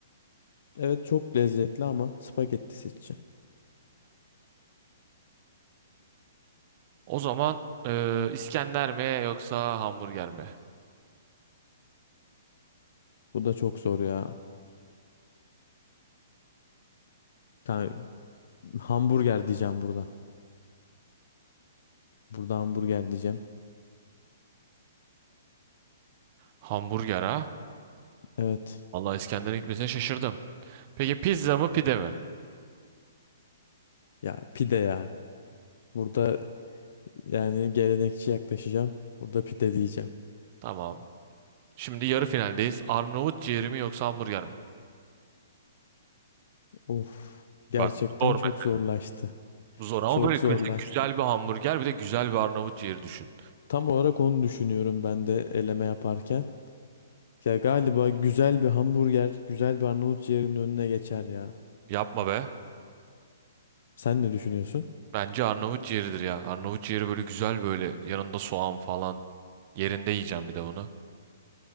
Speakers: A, on the left; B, on the right.
A: Evet çok lezzetli ama spagetti seçeceğim.
B: O zaman eee, İskender mi yoksa hamburger mi?
A: Bu da çok zor ya. Yani hamburger diyeceğim burada. Burada hamburger diyeceğim.
B: Hamburger ha?
A: Evet.
B: Allah İskender'in gitmesine şaşırdım. Peki pizza mı pide mi?
A: Ya pide ya. Burada yani gelenekçi yaklaşacağım. Burada pide diyeceğim.
B: Tamam. Şimdi yarı finaldeyiz. Arnavut ciğeri mi yoksa hamburger mi?
A: Of, gerçekten
B: Bak zor
A: çok
B: mesela.
A: zorlaştı.
B: Bu zor ama
A: Çok
B: böyle
A: zorlaştı.
B: mesela güzel bir hamburger bir de güzel bir Arnavut ciğeri düşün.
A: Tam olarak onu düşünüyorum ben de eleme yaparken. Ya galiba güzel bir hamburger, güzel bir Arnavut ciğerinin önüne geçer ya.
B: Yapma be.
A: Sen ne düşünüyorsun?
B: Bence Arnavut ciğeridir ya. Arnavut ciğeri böyle güzel böyle yanında soğan falan. Yerinde yiyeceğim bir de bunu.